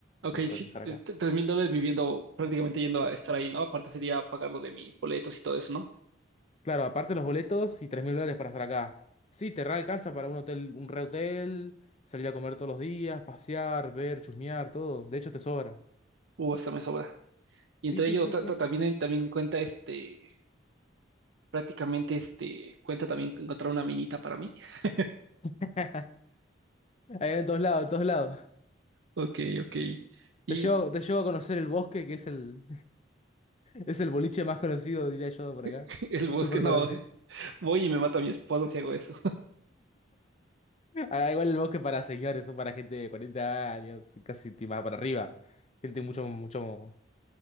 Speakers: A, on the right; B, on the left.
A: Ok,
B: lo
A: sí,
B: de estar acá.
A: 3 mil dólares viviendo, prácticamente yendo a estar ahí, ¿no? Aparte sería pagar lo de mis boletos y todo eso, ¿no?
B: Claro, aparte los boletos y 3 mil dólares para estar acá. Sí, te re alcanza para un hotel, un re hotel, salir a comer todos los días, pasear, ver, chusmear, todo. De hecho, te sobra.
A: Uh, hasta me sobra. Y
B: Sí,
A: entre
B: sí,
A: ello
B: sí,
A: ta-
B: sí.
A: ta- también, eh, también cuenta este, prácticamente este, cuenta también encontrar una minita para mí. <laughs>
B: <laughs> Eh, En todos lados, en todos lados.
A: Ok, ok. Y
B: Te llevo, te llevo a conocer el bosque que es el. Es el boliche más conocido, diría yo, por acá.
A: <laughs> el bosque,
B: Súper
A: no,
B: conocido.
A: <laughs>
B: <laughs>
A: voy y me mato a mi esposo si hago eso.
B: Ah, igual el bosque para señores, son para gente de 40 años, casi ti- más para arriba. Gente mucho, mucho